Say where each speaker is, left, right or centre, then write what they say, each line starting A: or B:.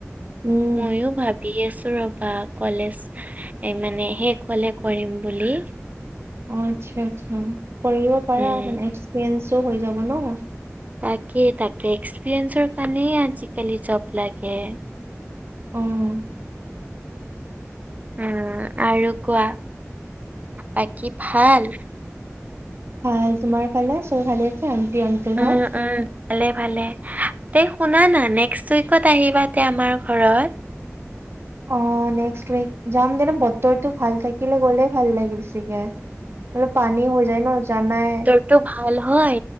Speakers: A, on the right (about 60°); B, on the right (about 30°).
A: উম।
B: ময়ো ভাবি আছো ৰবা কলেজ। এই মানে শেষ হলে কৰিম বুলি।
A: অ' আচ্ছা -আচ্ছা কৰিব পাৰা
B: উম
A: মানে এক্সপিৰিয়েঞ্চো হৈ যাব ন'
B: তাকে তাকে এক্সপিৰিয়েঞ্চৰ কাৰণে আজিকালি জব লাগে।
A: অ'
B: উম আৰু কোৱা বাকী ভাল
A: ভাল তোমাৰ ফালে চব ভালে আছে আমটি আংকাল
B: উম
A: হল
B: উম ভালে ভালে তে শুন না নেষ্ট উইকত আহিবা তে আমাৰ ঘৰত
A: অ নেক্সট উইক যাম দেনা বতৰটো ভাল থাকিলে গ'লেই ভাল লাগে বেছিকে মানে পানী হৈ যায় ন জানাই
B: তটো ভাল হয়